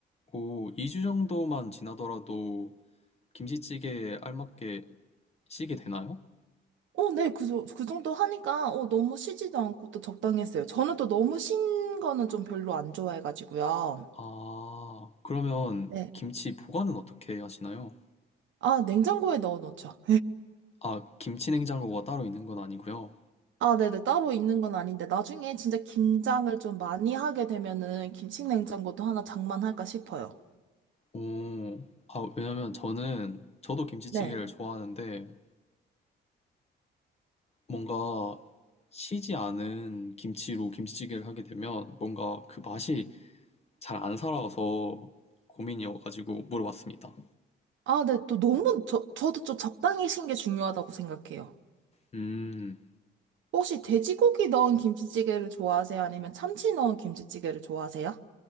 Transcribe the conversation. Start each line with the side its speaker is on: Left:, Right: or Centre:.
Left: 오, 2주 정도만 지나더라도 김치찌개에 알맞게 시게 되나요?
Right: 오, 네, 그, 정- 그 정도 하니까, 오, 너무 쉬지도 않고 또 적당했어요. 저는 또 너무 쉰 거는 좀 별로 안 좋아해가지고요.
Left: 아, 그러면
Right: 네.
Left: 김치 보관은 어떻게 하시나요?
Right: 아, 냉장고에 넣어 놓죠.
Left: 아, 김치 냉장고가 따로 있는 건 아니고요.
Right: 아, 네네. 따로 있는 건 아닌데, 나중에 진짜 김장을 좀 많이 하게 되면은 김치 냉장고도 하나 장만할까 싶어요.
Left: 오, 아, 왜냐면 저는, 저도 김치찌개를
Right: 네.
Left: 좋아하는데, 뭔가 시지 않은 김치로 김치찌개를 하게 되면, 뭔가 그 맛이 잘 안 살아서 고민이어가지고 물어봤습니다.
Right: 아, 네, 또 너무, 저, 저도 좀 적당히 신게 중요하다고 생각해요.
Left: 음,
Right: 혹시 돼지고기 넣은 김치찌개를 좋아하세요? 아니면 참치 넣은 김치찌개를 좋아하세요?